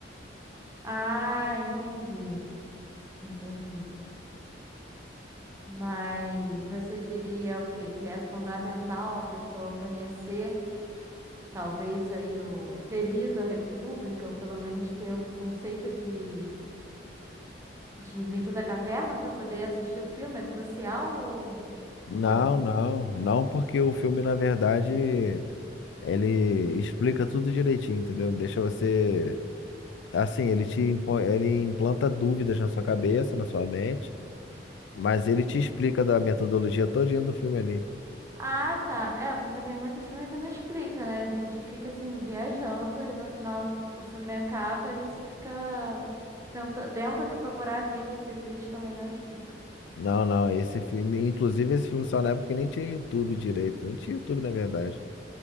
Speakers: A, on the right; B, on the left.
A: Ah, entendi. Entendi. Mas você diria o quê? Que é fundamental a pessoa conhecer, talvez aí o ter lido a República, ou pelo menos ter o conceito de de Mito da Caverna para poder assistir o filme? É crucial ou
B: Não,
A: Ou não?
B: não, não, porque o filme, na verdade, ele explica tudo direitinho, entendeu? Deixa você. Assim, ele te impo- ele implanta dúvidas na sua cabeça, na sua mente, mas ele te explica da metodologia todinha do filme ali.
A: Ah, tá. É, porque tem muito filme que não explica, né? A gente fica assim viajando e no final o filme acaba e você fica tenta, tendo que procurar vídeos e os vídeos também não explicam.
B: Não, não, esse filme, inclusive esse filme só na época nem tinha YouTube direito, nem tinha YouTube na verdade.